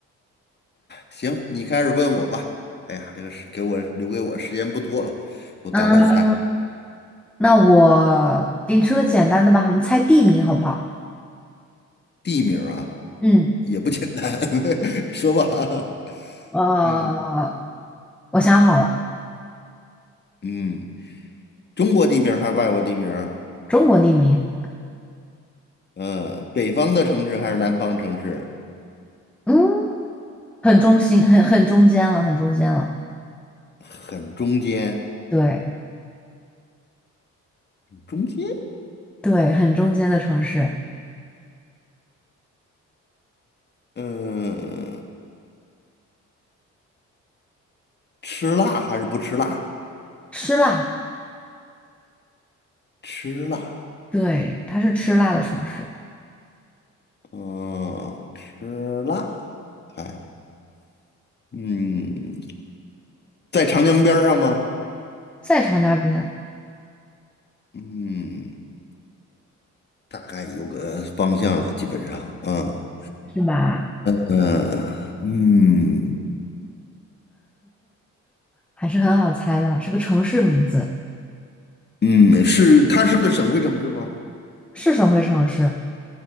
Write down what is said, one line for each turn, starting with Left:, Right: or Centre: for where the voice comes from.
Left: 行，你开始问我吧。哎呀，这个是给我留给我时间不多了，我赶快猜。
Centre: 嗯，那我给你出个简单的吧，我们猜地名好不好？
Left: 地名儿啊，
Centre: 嗯，
Left: 也不简单，<laughs> 说吧。<laughs>
Centre: 呃，
Left: 嗯
Centre: 我想好了，
Left: 嗯，中国地名儿还是外国地名儿？
Centre: 中国地名，
Left: 嗯，北方的城市还是南方城市？
Centre: 嗯，很中心，很很中间了，很中间了，
Left: 很中间，
Centre: 对
Left: 中间。
Centre: 对，很中间的城市，
Left: 嗯，吃辣还是不吃辣？
Centre: 吃辣，
Left: 吃辣，
Centre: 对，它是吃辣的城市，
Left: 嗯，吃辣，哎，嗯，在长江边儿上吗？
Centre: 在长江边
Left: 嗯，大概有个方向了，基本上，嗯，
Centre: 是吧？
Left: 嗯，嗯，
Centre: 还是很好猜的，是个城市名字，
Left: 嗯，是，它是个省会城市吗？
Centre: 是省会城市，